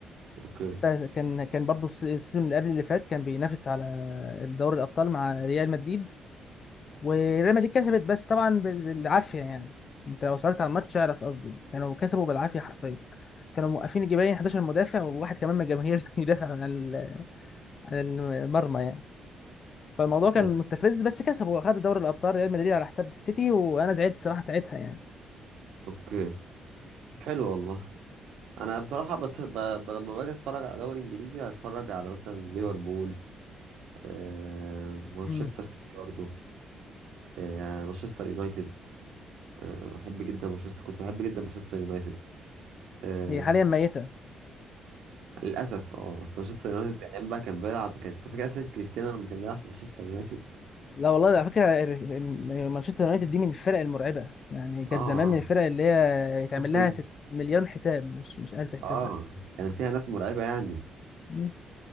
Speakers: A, on the right (about 80°); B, on the left (about 50°).
A: اوكي
B: حتى كان كان برضه في السيزون اللي قبل اللي فات كان بينافس على دوري الابطال مع ريال مدريد وريال مدريد كسبت بس طبعا بال- بالعافيه يعني انت لو اتفرجت على الماتش اعرف قصدي كانوا كسبوا بالعافيه حرفيا كانوا موقفين جبالين 11 مدافع وواحد كمان من الجماهير <laughs> يدافع عن ال- عن المرمى يعني فالموضوع كان
A: طيب،
B: مستفز بس كسبوا واخدوا دوري الابطال ريال مدريد على حساب السيتي وانا زعلت الصراحه ساعتها يعني
A: اوكي حلو والله انا بصراحه بت... ب... ب... لما باجي اتفرج على دوري انجليزي هتفرج على مثلا ليفربول آه... مانشستر
B: امم
A: سيتي برضه آه... مانشستر يونايتد آه... احب جدا مانشستر كنت بحب جدا مانشستر يونايتد آه...
B: هي حاليا ميته
A: للاسف اه بس مانشستر يونايتد يعني ايام بقى كان بيلعب كان انت فاكر اصلا كريستيانو لما كان بيلعب في مانشستر يونايتد
B: لا والله على فكره ال- مانشستر يونايتد دي من الفرق المرعبه يعني كانت
A: اه
B: زمان من
A: اه
B: الفرق اللي هي يتعمل
A: ممكن.
B: لها ست مليون حساب مش مش 1000 حساب
A: اه
B: بس
A: كان فيها ناس مرعبه يعني
B: مم.